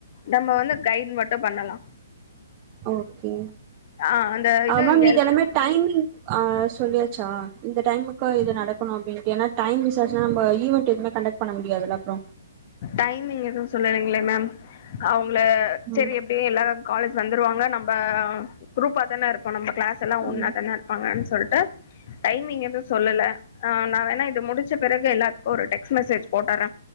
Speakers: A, on the left; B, on the right.
A: நம்ம வந்து கைட் மட்டு பண்ணலா
B: ஓகே
A: ஆ அந்த இது
B: ஆமா மீதி
A: எல்
B: எல்லாமே டைமிங் ஆஹ் சொல்லியாச்சா இந்த டைமுக்கு இது நடக்கணு அப்டின்டு ஏன்னா டைம் மிசாச்சனா நம்ப ஈவன்ட் எதுவுமே கண்டக்ட் பண்ண முடியாதுல அப்றோ
A: டைமிங் எதுவும் சொல்லலைங்களே மேம் அவங்க செரி
B: ம்
A: எப்படியு எல்லாரும் காலேஜ் வந்துருவாங்க நம் <unintelligible> குரூப்பா தான இருப்போம் நம்ம கிளாஸ் எல்லா ஒன்னா
B: ம்
A: தான இருப்பாங்கன்னு சொல்ட்டு டைமிங் எதவு சொல்லல ஆஹ் நா வேணா இது முடிச் ச்ச பிறகு எல்லாத்துக்கு ஒரு டெக்ஸ்ட் மெசேஜ் போட்டுறே